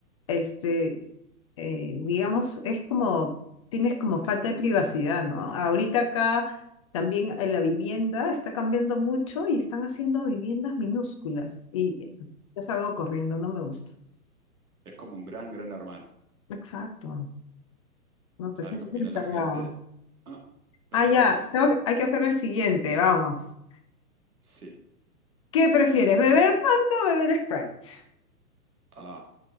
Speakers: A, on the left (about 20°); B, on the right (about 70°).
A: este, eh, digamos, es como, tienes como falta de privacidad, ¿no? Ahorita acá también en la vivienda está cambiando mucho y están haciendo viviendas minúsculas y yo salgo corriendo, no me gusta.
B: Es como un gran, gran hermano.
A: Exacto. No te
B: A
A: sientes
B: ver qué opinó
A: encerrado.
B: la gente. Ah, la
A: Ah,
B: gente
A: ya.
B: prefiere.
A: tengo que- hay que hacer el siguiente, vamos.
B: Sí.
A: ¿Qué prefieres, beber Fanta o beber Sprite?
B: Ah,